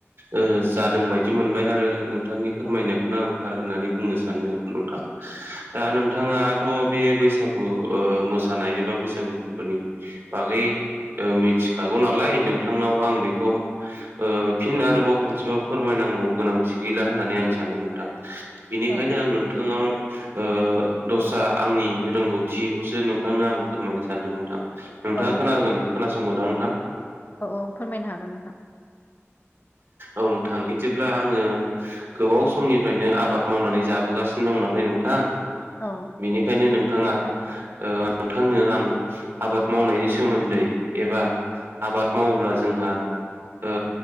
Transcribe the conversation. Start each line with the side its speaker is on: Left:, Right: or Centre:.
Right: ओ जादों बायदि मोनबाय आरो नोंथांनि फोरमायनायखौनो
Left: औ औ
Right: आं थार होननानै बुंनो सानो नोंथां दा नोंथाङा। थ' बे बैसागु मोसानाय एबा बैसागु फोरबोनि, बागै ओ मिथिखागौ नालाय नोंथांनाव आं बेखौ ओ फिन आरोबाव खनसेबाव फोरमायनांगौ गोनांथि गैला होननानै आं सानो नोंथां। बिनिखायनो
Left: औ
Right: आं नोंथांनाव ओ दस्रा आंनि रोंगौ थियिखौसो नोंथांनो आं फोरमायनो सानदों नोंथां नोंथाङा
Left: औ
Right: खोनगोन खोनासंगोन ना नोंथां?
Left: औ औ फोरमायनो हागोन नोंथां।
Right: औ नोंथां बिदिब्ला आङो। गोबाव समनिफ्रायनो आबाद मावनानै जाबोगासिनो दं नालाय नोंथां।
Left: औ
Right: बिनिखायनो नोंथाङा ओ नोंथांनो आं आबाद मावनायनि सोमोन्दै एबा आबाद मावोब्ला जोंहा ओ